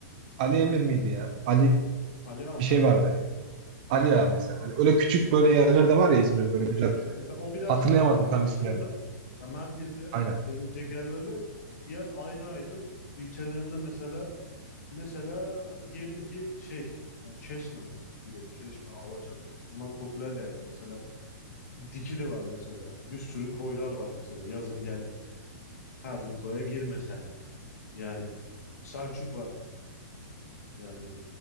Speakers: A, on the right; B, on the left.
A: Ali Emir miydi ya? Ali
B: Aliağa mı?
A: bir şey vardı. Ali Ağa mesela. Hani öyle küçük böyle yerler de var ya
B: Ha,
A: İzmir'in
B: Küçük
A: böyle güzel.
B: küçük mesela. O birazcık
A: Hatırlayamadım
B: merkezin
A: tam
B: dışında.
A: isimlerini.
B: Ya merkezde
A: Aynen.
B: gezilecek yerler ve diğer ayrı ayrı ilçelerinde mesela mesela diyelim ki şey e, Çeşme mesela direkt Çeşme, Alaçatı. Bunlar popüler yerler. Mesela Dikili var mesela. Bir sürü koylar var mesela. Yazın gelme. Her bir koya gir mesela. Yani Selçuk var. Yani